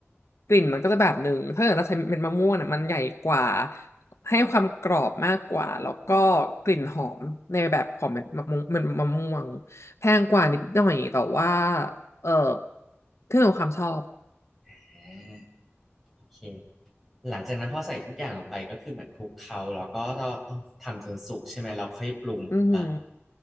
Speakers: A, on the left; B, in the centre.
A: กลิ่นมันก็จะแบบหนึ่งถ้าเกิดเราใช้เม็ดมะม่วงเนี่ยมันใหญ่กว่าให้ความกรอบมากกว่าแล้วก็กลิ่นหอมในแบบของเม็ดมะม่วงเม็ดมะม่วงแพงกว่านิดหน่อยแต่ว่าเอ่อขึ้นอยู่กับความชอบ
B: อ่าโอเคหลังจากนั้นพอใส่ทุกอย่างลงไปก็คือเหมือนคลุกเคล้าแล้วก็ต้องทำจนสุกใช่ไหมเราค่อยปรุงถูกปะ
A: อือหือ